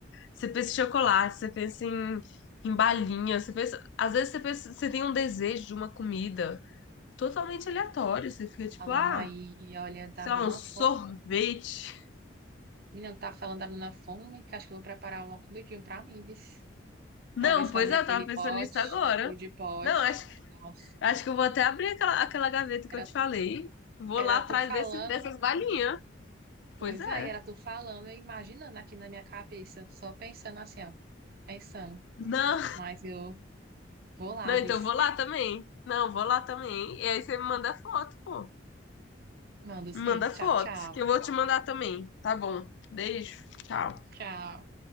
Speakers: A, on the left; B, on the right.
A: Você pensa em chocolate,
B: Tô ima-
A: você pensa em, em balinha. Você pensa... Às vezes você pensa- você tem um desejo de uma comida totalmente aleatório. Você fica tipo,
B: falando
A: ah,
B: aí e olha, tá
A: sei
B: me
A: lá,
B: dando
A: um
B: uma
A: sorvete.
B: fome. Menina, tá falando da dando uma fome, que acho que eu vou preparar uma comidinha pra mim, bis.
A: Não,
B: Talvez
A: pois
B: fazer
A: é,
B: aquele
A: eu tava pensando
B: pote,
A: nisso agora.
B: de bolo de pote.
A: Não, acho,
B: Nossa.
A: acho que eu vou até abrir aquela, aquela gaveta que
B: Era,
A: eu te falei. Vou
B: era
A: lá atrás
B: tu falando,
A: desse, dessas balinhas.
B: pois
A: Pois é.
B: aí era tu falando, eu imaginando aqui na minha cabeça, só pensando assim, ó, pensando.
A: Não,
B: Mas eu vou lá,
A: não,
B: vis.
A: então eu vou lá também. Não, vou lá também. E aí você me manda foto, pô.
B: Mando sim.
A: Me manda
B: Tchau,
A: foto,
B: tchau.
A: que eu vou te mandar também. Tá bom. Beijo. Tchau.
B: Tchau.